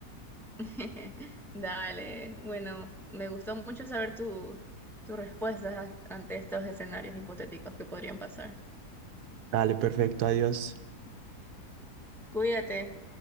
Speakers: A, in the centre; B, on the right.
A: <laughs> Dale, bueno, me gustó mucho saber tu, tus respuestas ante estos escenarios hipotéticos que podrían pasar.
B: Dale, perfecto, adiós.
A: Cuídate.